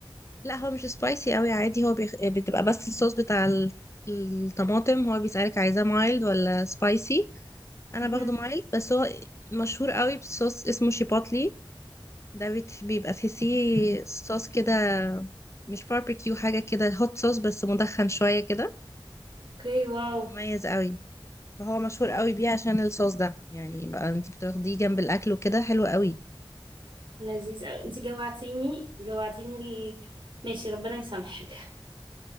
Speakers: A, on the left; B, on the right.
A: لا هو مش سبايسي قوي عادي هو بيخ... بتبقى بس الصوص بتاع ال- الطماطم هو بيسألك عايزاه مايلد ولا سبايسي انا
B: مهم.
A: باخده مايلد بس هو مشهور قوي بصوص اسمه شيباتلي ده بت... بيبقى تحسيه صوص كده مش باربيكيو حاجة كده هوت صوص بس مدخن شوية كده
B: اوكي واو
A: مميز قوي فهو مشهور قوي بيه عشان الصوص ده يعني بقى انت بتاخديه جنب الاكل وكده حلو قوي
B: لذيذ قوي انت جوعتيني جوعتيني ال... ماشي ربنا يسامحك